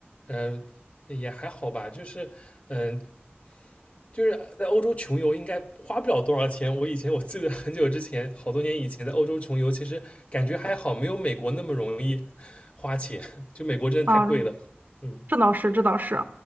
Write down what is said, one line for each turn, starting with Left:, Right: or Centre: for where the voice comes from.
Left: 嗯，也还好吧，就是，嗯，就是在欧洲穷游应该花不了多少钱。我以前我记得很久之前，好多年以前在欧洲穷游，其实感觉还好，没有美国那么容易花钱。<laughs> 就美国真的太贵了。
Right: 嗯，
Left: 嗯
Right: 这倒是，这倒是，